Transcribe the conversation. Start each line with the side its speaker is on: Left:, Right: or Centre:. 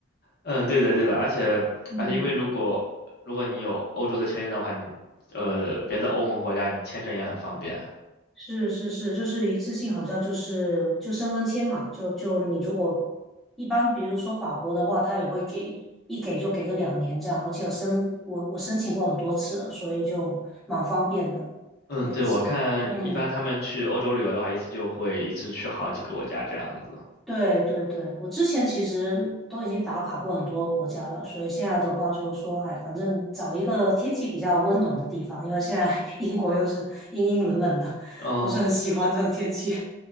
Left: 嗯，对的对的，而且而且因为如果如果你有欧洲的签证的话，
Centre: 嗯
Left: 你呃别的欧盟国家你签证也很方便。
Centre: 是是是，就是一次性，好像就是就申根签嘛，就就你如果一般，比如说法国的话，他也会给一给就给个两年这样，而且我申我我申请过很多次了，所以就蛮方便的，
Left: 嗯，
Centre: 每一次。
Left: 对，我看一般他们去欧洲旅游的话，
Centre: 嗯，
Left: 一次就会一次去好几个国家这样子。
Centre: 对对对，我之前其实都已经打卡过很多国家了，所以现在的话就是说，哎，反正找一个天气比较温暖的地方，因为现在 <laughs> 英国又是阴阴冷冷的，
Left: 嗯，
Centre: 不是很喜欢这种天气。